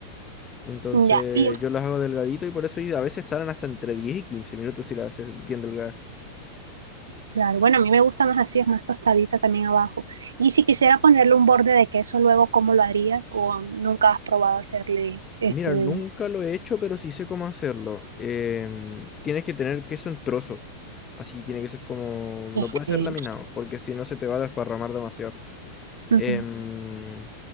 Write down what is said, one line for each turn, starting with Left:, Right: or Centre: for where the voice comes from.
Left: Entonces
Right: Ya, y
Left: yo las hago delgadito y por eso y a veces salen hasta entre 10 y 15 minutos si las haces bien delgadas.
Right: claro, bueno, a mí me gusta más así, es más tostadita también abajo. Y si quisiera ponerle un borde de queso luego, ¿cómo lo harías? ¿O nunca has probado hacerle este
Left: Mira,
Right: de...
Left: nunca lo he hecho, pero sí sé cómo hacerlo. Em, tienes que tener queso en trozo. Así tiene que ser como...
Right: Ok.
Left: No puede ser laminado, porque si no se te va a desparramar demasiado.
Right: Ujú.
Left: Em,